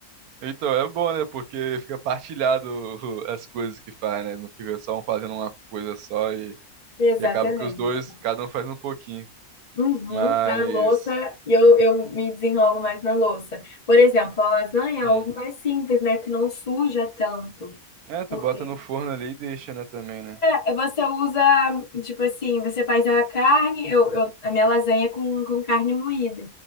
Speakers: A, on the right; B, on the left.
A: Então é bom, né? Porque fica partilhado o- as coisas que faz, né? Não fica só um fazendo uma coisa só e,
B: Exatamente.
A: e acaba que os dois, cada um faz um pouquinho.
B: Uhum,
A: Mas.
B: a louça, e eu, eu me desenrolo mais na louça. Por exemplo, a lasanha é
A: Hum.
B: algo mais simples, né? Que não suja tanto.
A: É, tu
B: Porque
A: bota no forno ali e deixa, né, também, né?
B: é, você usa, tipo assim, você faz a carne, eu, eu- a minha lasanha é com, com carne moída.